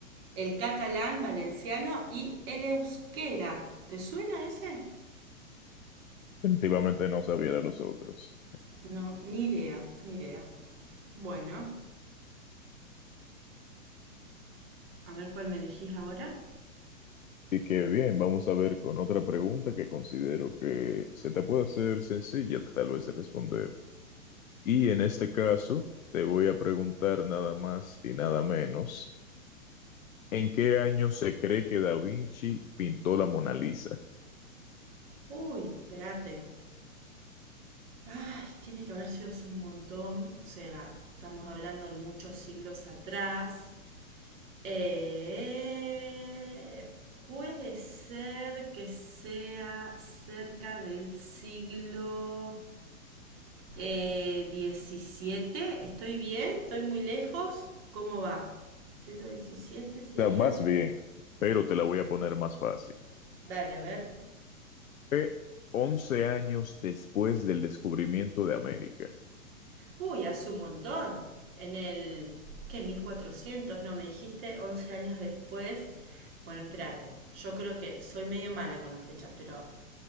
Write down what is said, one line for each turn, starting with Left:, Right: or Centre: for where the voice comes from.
Right: el catalán, valenciano y el euskera. ¿Te suena ese?
Left: Definitivamente no sabía de los otros.
Right: No, ni idea, ni idea. Bueno, a ver cuál me elegís ahora.
Left: Y que bien, vamos a ver con otra pregunta que considero que se te puede hacer sencilla tal vez de responder. Y en este caso, te voy a preguntar nada más y nada menos, ¿en qué año se cree que Da Vinci pintó la Mona Lisa?
Right: Uy, espérate. Ay, tiene que haber sido hace un montón. O sea, estamos hablando de muchos siglos atrás. Eh, puede ser que sea cerca del siglo eh, XVII. ¿Estoy bien? ¿Estoy muy lejos? ¿Cómo va? ¿Siglo XVII
Left: O
Right: sería?
Left: sea, vas bien, pero te la voy a poner más fácil.
Right: Dale, a ver.
Left: Fue 11 años después del descubrimiento de América.
Right: Uy, hace un montón. En el... ¿Qué? 1400, no, me dijiste Once años después. Bueno, espérate. Yo creo que soy medio mala con las fechas, pero...